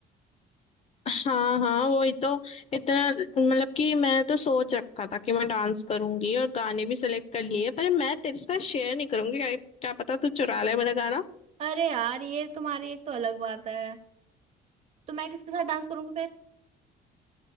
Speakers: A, on the left (about 40°); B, on the right (about 40°).
A: हाँ हाँ वही तो इतना मतलब कि मैंने तो सोच रखा था कि मैं डांस करूंगी और गाने भी सिलेक्ट कर लिए पर मैं तेरे साथ शेयर नहीं करूंगी क्या, क्या पता तू चुरा ले मेरा गाना
B: अरे यार ये तुम्हारी एक तो अलग बात है तो मैं किसके साथ डांस करूंगी फिर